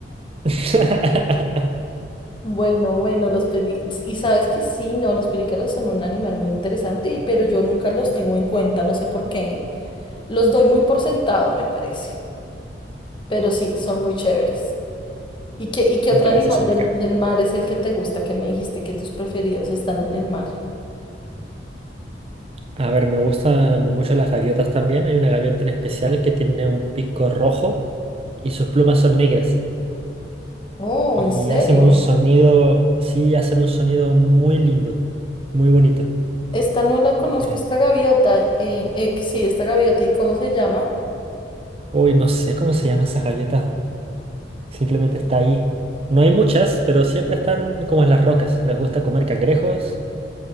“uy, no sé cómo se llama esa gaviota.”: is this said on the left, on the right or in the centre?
Right